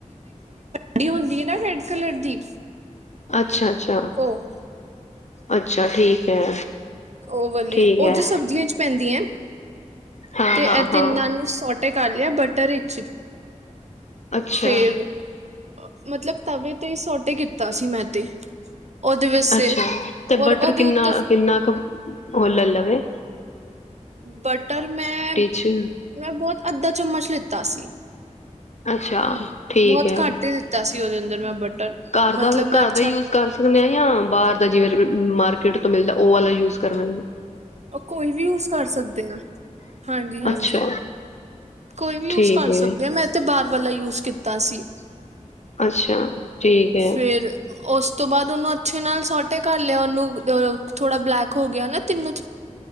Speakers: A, on the right; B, on the left.
A: ਬੜੀ ਹੁੰਦੀ ਹੈ ਨਾ ਰੈਡ ਕਲਰ ਦੀ
B: ਅੱਛਾ ਅੱਛਾ
A: ਉਹ
B: ਅੱਛਾ ਠੀਕ ਹੈ
A: ਉਹ ਵਾਲੀ
B: ਠੀਕ
A: ਉਹ
B: ਹੈ,
A: ਜੋ ਸਬਜ਼ੀਆਂ ਚ ਪੈਂਦੀ ਹੈ
B: ਹਾਂ,
A: ਤੇ
B: ਹਾਂ,
A: ਇਹ ਤਿੰਨਾਂ
B: ਹਾਂ।
A: ਨੂੰ ਸੋਟ ਸੌਟੇ ਕਰ ਲਿਆ ਬਟਰ ਵਿੱਚ
B: ਅੱਛਾ
A: ਫੇਰ ਮਤਲਬ ਤਵੇ ਤੇ ਸੋਟੇ ਕੀਤਾ ਸੀ ਮੈਂ ਤੇ ਉਹਦੇ ਵਾਸਤੇ
B: ਅੱਛਾ ਤੇ
A: ਔਰ
B: ਬਟਰ
A: ਉਹਦੇ ਉੱਤੋਂ
B: ਕਿੰਨਾ ਕਿੰਨਾ ਕੁ ਹੋਰ ਲੈ ਲਾ ਗੇ
A: ਬਟਰ ਮੈਂ
B: ਚ
A: ਮੈਂ ਬਹੁਤ ਅੱਧਾ ਚਮਚ ਲਿੱਤਾ ਸੀ
B: ਅੱਛਾ
A: ਬਹੁਤ
B: ਠੀਕ ਹੈ।
A: ਘੱਟ ਹੀ ਲਿੱਤਾ ਸੀ ਉਹਦੇ ਅੰਦਰ ਮੈਂ ਬਟਰ
B: ਘਰ
A: ਮਤਲਬ
B: ਦਾ
A: ਮੈਂ
B: ਘਰ
A: ਅੱਛਾ
B: ਦਾ ਯੂਜ ਕਰ ਸਕਦੇ ਹਾਂ ਜਾਂ ਬਾਹਰ ਦਾ ਜਿਵੇਂ ਮਾਰਕੀਟ ਤੋਂ ਮਿਲਦਾ ਉਹ ਵਾਲਾ ਯੂਜ ਕਰਨਾ ਜ
A: ਕੋਈ ਵੀ ਯੂਜ ਕਰ ਸਕਦੇ ਹ ਹਾਂਜੀ ਹਾਂਜੀ
B: ਅੱਛਾ
A: ਕੋਈ ਵੀ
B: ਠੀਕ
A: ਯੂਜ ਕਰ
B: ਹੈ।
A: ਸਕਦੇ ਆ ਮੈਂ ਤੇ ਬਾਹਾਰ ਵਾਲਾ ਯੂਜ ਕੀਤਾ ਕੀਤਾ ਸੀ
B: ਅੱਛਾ ਠੀਕ ਹੈ
A: ਫੇਰ ਉਸ ਤੋਂ ਬਾਅਦ ਉਹਨੂੰ ਅੱਛੇ ਨਾਲ ਸੋਟੇ ਕਰ ਲਿਆ ਉਹਨੂੰ ਅ ਥੋੜਾ ਬਲੈਕ ਹੋ ਗਿਆ ਨਾ ਤਿੰਨੂੰ